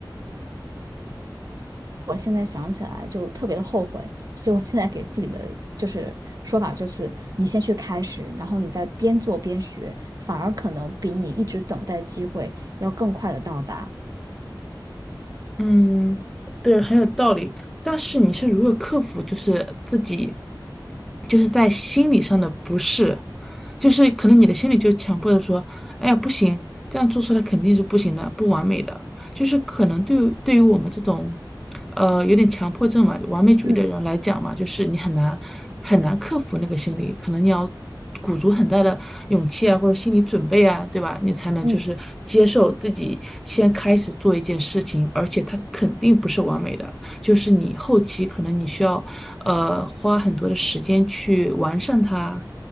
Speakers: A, on the right; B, in the centre.
A: 我现在想起来就特别的后悔，所以我现在给自己的就是说法就是，你先去开始，然后你再边做边学，反而可能比你一直等待机会要更快的到达。
B: 嗯，对，很有道理。但是你是如何克服，就是自己，就是在心理上的不适，就是可能你的心里就强迫着说，哎呀，不行，这样做出来肯定是不行的，不完美的。就是可能对于对于我们这种，呃，有点强迫症嘛，完美主义的人来讲嘛，
A: 嗯
B: 就是你很难很难克服那个心理，可能你要鼓足很大的勇气啊，或者心理准备啊，对吧？你才能就是接受自己先开始做一件事情，
A: 嗯
B: 而且它肯定不是完美的，就是你后期可能你需要，呃，花很多的时间去完善它。